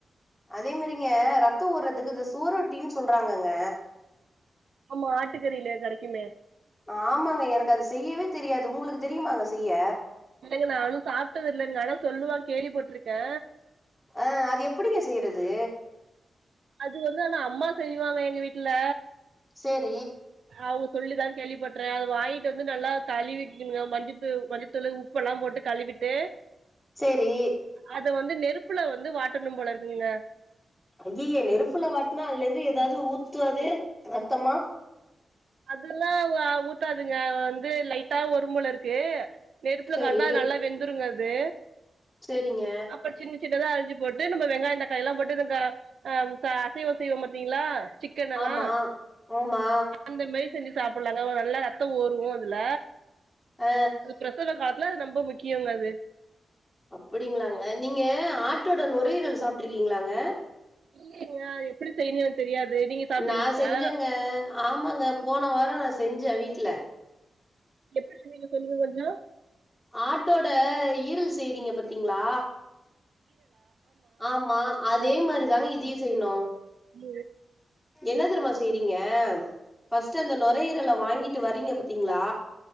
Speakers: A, in the centre; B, on the right.
A: அதே மாரிங்க ரத்தோ ஊர்றதுக்கு இந்த சூரொட்டின்னு சொல்றாங்கங்க
B: ஆமா ஆட்டுக்கறிலே கெடைக்குமே
A: ஆமாங்க எனக்கு அது செய்யவே தெரியாது உங்களுக்கு தெரியுமாங்க செய்ய
B: இல்லங்க நானு சாப்ட்டது இல்லங்க ஆனா சொல்லுவாங் கேள்வி பட்ருக்கே
A: ஆ அது எப்டிங்க செய்றது
B: அது வந்து ஆனா அம்மா செய்வாங்க எங்க வீட்ல
A: செரி
B: அவுங்க சொல்லிதா கேள்விப்பட்றே அது வாங்கிட்டு வந்து நல்லா கழுவிக்குங்க மஞ்ச மஞ்ச தூள் உப்பெல்லா போட்டு கழுவிட்டு
A: செரி
B: அத வந்து நெருப்புல வந்து வாட்டனும் போல இருக்குதுங்க
A: ஐயய நெருப்புல வாட்னா அதுலருந்து ஏதாது ஊத்தாது ரத்தமா
B: அதுலல்லா ஊத்தாதுங்க வந்து லைட்டா வரும் போலருக்கு நெருப்புல
A: சேரி
B: காட்டுனா நல்லா வெந்துருங்க அது
A: செரிங்க
B: அப்றோ சின்ன சின்னதா அரிஞ்சி போட்டு நம்ம வெங்காயொ தக்காளில்லா போட்டு நம் அ அசைவம் செய்வோ பாத்திங்களா சிக்கன் எல்லா
A: ஆமா ஆமா
B: அந்தமேரி செஞ்சி சாப்டலாங்க நல்லா ரத்தோ ஊரு அதுல
A: அ
B: அது பிரசவ காலத்துல அது ரொம்ப முக்கியோங்க அது
A: அப்டிங்ளாங்க நீங்க ஆட்டோட நுரையீரல் சாப்ட்ருக்கீங்களாங்க
B: இல்லயேங்க எப்டி செய்யனு எனக்கு தெரியாது நீங்க சாப்ட்ருக்கீங்களா
A: நா செஞ்சேங்க ஆமாங்க போன வாரோ நா செஞ்சே வீட்ல
B: எப்டி செஞ்சீங்க சொல்லுங்க கொஞ்சோ
A: ஆட்டோட ஈரல் செய்றீங்க பாத்தீங்ளா ஆமா அதே
B: ஆ
A: மாரிதாங்க இதயு செய்யணு
B: ம்
A: என்ன தெருமா செய்றீங்க ஃபஸ் ட்டு அந்த நுரையீரல வாங்கிட்டு வரீங்க பாத்தீங்ளா